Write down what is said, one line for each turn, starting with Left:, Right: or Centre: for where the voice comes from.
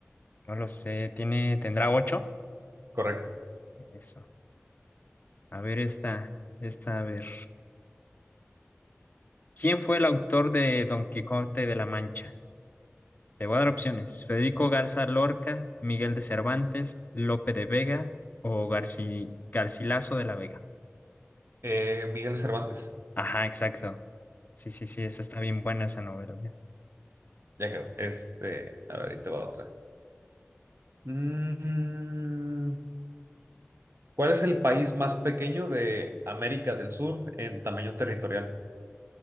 Left: no lo sé, tiene, ¿tendrá ocho?
Right: Correcto.
Left: Eso. A ver esta, esta, a ver. ¿Quién fue el autor de Don Quijote de la Mancha? Te voy a dar opciones. Federico Garza Lorca, Miguel de Cervantes, Lope de Vega o Garci, Garcilaso de la Vega.
Right: Eh, Miguel Cervantes.
Left: Ajá, exacto. Sí, sí, sí, esa está bien buena esa novela.
Right: Ya quedó. Este, a ver, ahí te va otra. Mm, ¿Cuál es el país más pequeño de América del Sur en tamaño territorial?